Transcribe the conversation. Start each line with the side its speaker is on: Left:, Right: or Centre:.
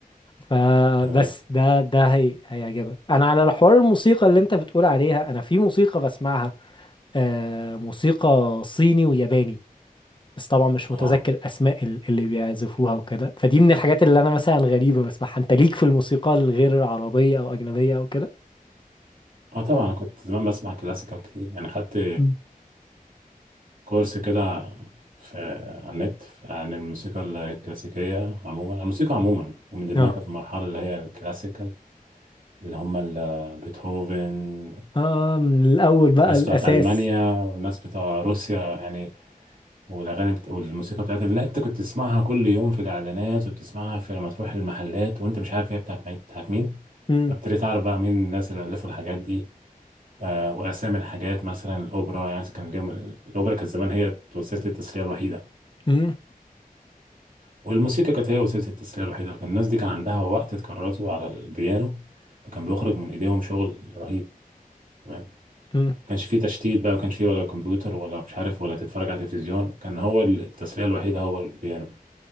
Left: فبس
Right: تمام
Left: ده ده هي هيعجبك انا على حوار الموسيقى اللي انت بتقول عليها انا في موسيقى بسمعها آه موسيقى صيني وياباني بس طبعا مش متذكر
Right: اه
Left: اسماء ال- اللي بيعزفوها وكده فدي من الحاجات اللي انا مثلا غريبه بسمعها انت ليك في الموسيقى الغير عربيه او اجنبيه او كده
Right: اه طبعا انا كنت زمان بسمع كلاسيكال كتير يعني خدت
Left: مم.
Right: كورس كده في على النت عن الموسيقى الكلاسيكية عموما الموسيقى عموما ومن ضمنها
Left: اه
Right: كانت المرحلة اللي هي الكلاسيكال اللي هم ال- بيتهوفن
Left: اه من الاول بقى
Right: الناس
Left: الاساس
Right: بتاعت ألمانيا والناس بتاع روسيا يعني والأغاني بت... والموسيقى بتاعت اللي أنت كنت تسمعها كل يوم في الإعلانات وبتسمعها في لما تروح المحلات وأنت مش عارف هي بتاعت مين بتاعت مين
Left: امم
Right: فابتديت أعرف بقى مين الناس اللي ألفوا الحاجات دي آه، واسامي الحاجات مثلا الاوبرا يعني كان اليوم الاوبرا كانت زمان هي وسيله التسليه الوحيده
Left: امم
Right: والموسيقى كانت هي وسيله التسليه الوحيده فكان الناس دي كان عندها وقت تكرسه على البيانو فكان بيخرج من ايديهم شغل رهيب تمام ما
Left: امم
Right: كانش فيه تشتيت بقى ما كانش فيه ولا كمبيوتر ولا مش عارف ولا تتفرج على تلفزيون كان هو التسليه الوحيده هو البيانو